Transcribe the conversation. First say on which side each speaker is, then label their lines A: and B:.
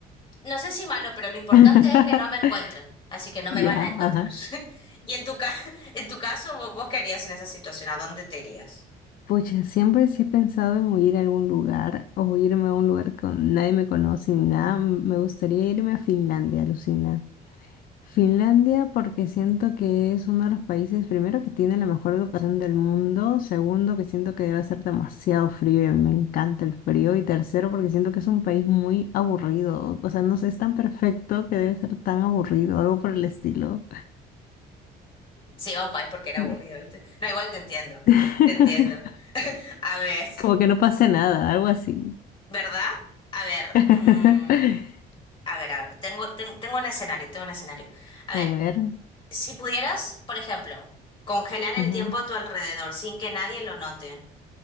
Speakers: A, on the left; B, on the left.
A: no sé si malo, pero lo importante
B: <laughs>
A: es que no me encuentren, así que no me van
B: Ya,
A: a encontrar.
B: ajá.
A: <laughs> Y en tu ca- <laughs> en tu caso, ¿vo- ¿vos, qué harías en esa situación? ¿A dónde te irías?
B: Pucha, siempre sí he pensado en huir a algún lugar o irme a un lugar con nadie me conoce ni nada. M- Me gustaría irme a Finlandia, alucina. Finlandia porque siento que es uno de los países, primero, que tiene la mejor educación del mundo, segundo, que siento que debe ser demasiado frío y a mí me encanta el frío, y tercero, porque siento que es un país muy aburrido, o sea, no sé, es tan perfecto que debe ser tan aburrido, algo por el estilo.
A: Sí, a un país porque era
B: Sí.
A: aburrido, ¿viste? No, igual te entiendo,
B: <laughs>
A: te entiendo. <laughs> A ver,
B: Como que no pase nada, algo así.
A: ¿verdad? A ver,
B: <laughs>
A: mm, a ver, a ver, tengo, ten- tengo un escenario, tengo un escenario. A ver,
B: A ver,
A: si pudieras, por ejemplo, congelar el
B: ujú,
A: tiempo a tu alrededor sin que nadie lo note.